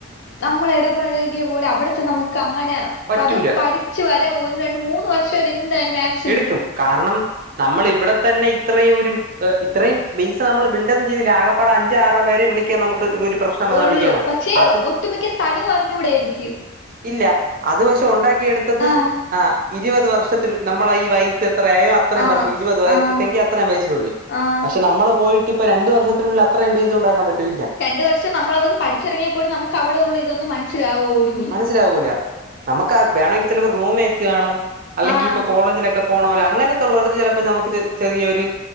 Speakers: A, on the left; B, on the right.
A: നമ്മള് എടപഴകിയ പോലെ അവടെ ചെന്ന നമുക്കങ്ങനെ
B: പറ്റൂല
A: പ്പത് പഠിച്ചു വരാൻ ഒന്ന് രണ്ട് മൂന്ന് വർഷവന് എന്തായാലും മാക്
B: എടുക്കും കാരണം നമ്മള് ഇവടെ തന്നെ ഇത്രയും ഒരു ഇത്രയും ബേസ് നമ്മള് ബിൽഡം ചെയ്തില്ലെ ആകപ്പാടെ അഞ്ചോ ആറോ പേരെ വിളിക്കാൻ നമ്മക്ക് ഒരു പ്രശ്നം വന്നാൽ
A: ഒള്ളു
B: വിളിക്കാൻ കാണും.
A: പക്ഷേ
B: അത്
A: ഒട്ടുമിക്ക സ്ഥലും അറിഞ്ഞൂട എനിക്ക്
B: ഇല്ല അത് പക്ഷെ ഒണ്ടാക്കി എടുത്തത്
A: ആഹ്
B: ആ ഇരുപത് വർഷത്തിൽ നമ്മളെ ഈ വയി സ്റ്റെ എത്രായോ അത്രയും
A: ആഹ്
B: വർഷം ഇരുപത് വയ
A: ആഹ്
B: <unintelligible> അത്രേം വയസ്സിനുള്ളിൽ
A: ആഹ്
B: പക്ഷെ നമ്മള് പോയി ട്ട്പ്പൊ രണ്ട് വർഷത്തിനുള്ളിൽ അത്രേം പീസുണ്ടാക്കാൻ പറ്റൊ ഇല്ല
A: രണ്ട് വർഷം നമ്മളതൊന്ന് പഠിച്ചെറങ്ങിയ പോലും നമുക്ക് അവടെള്ള ഇതൊന്നും മനസ്സിലാവോലു
B: മനസ്സിലാവൂല്ല നമ്മക്കാ വേണെങ്കി ചെലപ്പോ റൂമേത്ത് കാണും അല്ലെങ്കി
A: ആഹ്
B: ഇപ്പൊ കോളേജിലൊക്കെ പോണോല് അങ്ങനെ ത്ത്ള്ളോട്ത്ത് ചെലപ്പോ ഞമ്മക്ക് ചെ ചെറിയൊര്